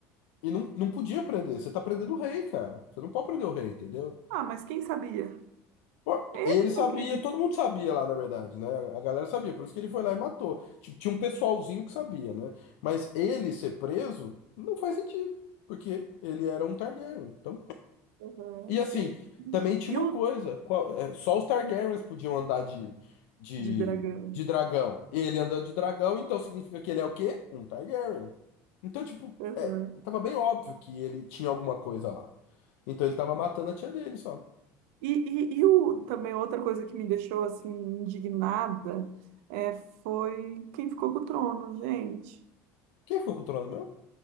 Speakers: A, on the left; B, on the right.
A: E não, não podia prender. Você tá prendendo o rei, cara. Você não pode prender o rei, entendeu?
B: Ah, mas quem sabia?
A: Pô,
B: Ele
A: ele sabia,
B: não queria.
A: todo mundo sabia lá, na verdade, né? A galera sabia, por isso que ele foi lá e matou. Ti- Tinha um pessoalzinho que sabia, né? Mas ele ser preso não faz sentido, porque ele era um Targaryen. Então
B: Aham,
A: e assim,
B: sim.
A: também tinha
B: E
A: uma
B: o
A: coisa, qual- é, só os Targaryens podiam andar de, de,
B: de dragão.
A: de dragão. Ele anda de dragão, então significa que ele é o quê? Um Targaryen. Então, tipo,
B: Aham.
A: é, tava bem óbvio que ele tinha alguma coisa lá. Então ele tava matando a tia dele só.
B: E, e, e o, também outra coisa que me deixou assim indignada é, foi quem ficou com o trono, gente.
A: Quem ficou com o trono mesmo?